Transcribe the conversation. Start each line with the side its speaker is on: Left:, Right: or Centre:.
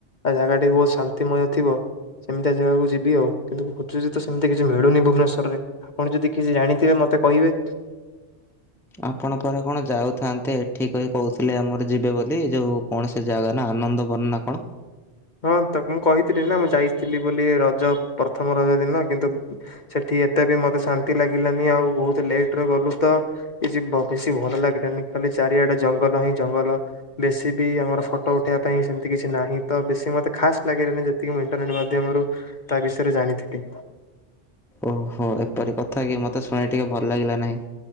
Left: ଆଉ ଜାଗା ଟିକେ ବହୁତ ଶାନ୍ତିମୟ ଥିବ। ସେମିତିଆ ଜାଗାକୁ ଯିବି ଆଉନ୍ତୁ ଖୋଜୁଚି ତ ସେମତି କିଛି ମିଳୁନି ଭୁବନେଶ୍ୱ ସର ରେ ଆପଣ ଯଦି କିଛି ଜାଣିଥିବେ ମତେ କହିବେ?
Centre: ଆପଣ ପରା କଣ ଯାଉଥାନ୍ତେ ଏଠି କ ହି କହୁଥିଲେ ଆମର ଯିବେ ବୋଲି ଯୋଉ କଣ ସେ ଜାଗା ନାଁ ଆନନ୍ଦ ବନ ନା କଣ?
Left: ହଁ ତ ମୁଁ କହିଥିଲି ନା ମୁଁ ଯାଇଥିଲି ବୋଲି ରଜ ପ୍ରଥମ ରଜ ଦିନ କିନ୍ତୁ ସେଠି ଏତେ ବି ମତେ ଶାନ୍ତି ଲାଗିଲାନି ଆଉ ବହୁତ ଲେଟରେ ଗଲୁ ତ କିଛି ବେଶୀ ଭଲ ଲାଗିଲାନି ଖାଲି ଚାରିଆଡେ ଜଙ୍ଗଲ ହିଁ ଜଙ୍ଗଲ। ବେଶୀ ବି ଆମର ଫଟୋ ଉଠେଇବା ପାଇଁ ସେମିତି କିଛି ନାହିଁ ତ ବେଶୀ ମତେ ଖାସ୍ ଲାଗିଲାନି ଯେତିକି ମୁଁଇଣ୍ଟରନଟ ମାଧ୍ୟମରୁ ତା ବିଷୟରେ ଜାଣିଥିଲି।
Centre: ଓହୋ ଏପରି କଥା କି ମତେ ଶୁଣ ଟିକେ ଭଲ ଲାଗିଲା ନାହିଁ